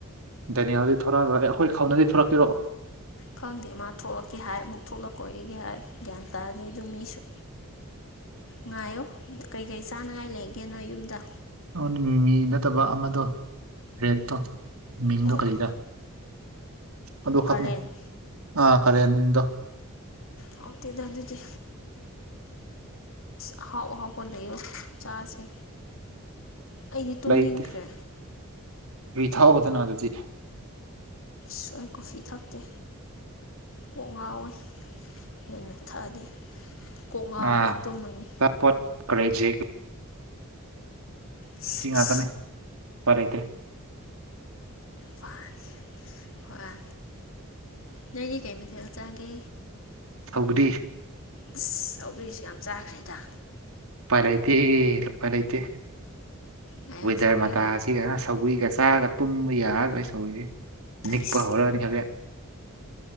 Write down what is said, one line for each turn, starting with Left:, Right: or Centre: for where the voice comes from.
Right: ꯗꯅꯤꯌꯥ ꯊꯔꯛꯑ ꯂꯔꯦ ꯑꯩꯈꯣꯏ ꯈꯥꯎꯅꯗꯤ ꯊꯣꯔꯛꯀꯦꯔꯣ
Left: ꯈꯪꯗꯦ ꯃꯥ ꯊꯣꯛꯂꯛꯀꯦ ꯍꯥꯏ ꯑꯃꯨꯛ ꯊꯣꯛꯂꯛꯀꯣ ꯑꯩꯒꯤ ꯍꯥꯏ ꯒ꯭ꯌꯥꯟ ꯇꯥꯗꯦ ꯑꯗꯨ ꯃꯤꯁꯨ ꯉꯥꯏꯌꯣ ꯀꯩꯀꯩ ꯆꯥꯅꯉꯥꯏ ꯂꯩꯒꯦꯅꯣ ꯌꯨꯝꯗ
Right: ꯅꯉꯣꯟꯗ ꯃꯤ ꯃꯤ ꯅꯠꯇꯕ ꯑꯃꯗꯣ ꯔꯦꯠꯇꯣ ꯃꯤꯡꯗꯣ
Left: ꯑꯣ ꯑꯣ
Right: ꯀꯩꯗ ꯑꯗꯨ
Left: ꯀꯔꯦꯟ
Right: ꯈꯠꯅꯦ ꯑꯥ ꯈꯔꯦꯅꯤꯗꯣ
Left: ꯍꯥꯎꯗꯗꯣ ꯑꯗꯨꯗꯤ ꯑ ꯑꯍꯥꯎ ꯑꯍꯥꯎꯕ ꯂꯩꯌꯣ ꯆꯥꯁꯦ ꯑꯩꯗꯤ ꯇꯨꯝꯅꯤꯡꯈ꯭ꯔꯦ
Right: ꯂꯩꯇꯦ ꯏ ꯊꯥꯎꯕꯗꯅ ꯑꯗꯨꯗꯤ
Left: ꯁ ꯑꯩ ꯀꯣꯐꯤ ꯊꯥꯛꯛꯇꯦ ꯀꯣꯛ ꯉꯥꯎꯋꯤ ꯍꯦꯟꯅ ꯊꯛꯑꯗꯤ ꯀꯣꯛ ꯉꯥꯎ
Right: ꯑꯥ
Left: ꯍ ꯇꯨꯝꯃꯅꯤ
Right: ꯄꯣꯠ ꯀꯔꯖꯦ
Left: ꯏꯁ
Right: ꯉ ꯉꯥꯛꯇꯅꯦ
Left: ꯏꯁ
Right: ꯐ ꯂꯩꯇ꯭ꯔꯦ
Left: ꯄꯥꯒꯦ ꯍꯣꯏ ꯅꯣꯏꯗꯤ ꯀꯩ ꯃꯊꯦꯜ ꯆꯥꯒꯦ
Right: ꯍꯧꯒꯔꯤ
Left: ꯑꯁ ꯑꯤꯁꯨ ꯌꯥꯝ ꯆꯥꯈ꯭ꯔꯦꯗ
Right: ꯎꯄ ꯂꯩꯇꯦ ꯂꯨꯄ ꯂꯩꯇꯦ
Left: ꯉꯥꯏꯌꯣ
Right: ꯋꯦꯗꯔ
Left: ꯁꯧꯒ꯭ꯔꯤꯒ
Right: ꯃꯇꯥꯁꯤꯗ ꯁꯧꯒꯔꯤꯒ ꯆꯥꯔꯒ ꯄꯨꯨꯝꯕ ꯌꯥꯔꯔꯣꯏ ꯁꯧꯔꯤꯁꯤꯦ ꯅꯤꯛꯄ
Left: ꯏꯁ
Right: ꯍꯧꯔꯛꯑꯅꯤ ꯍꯧꯖꯤꯛ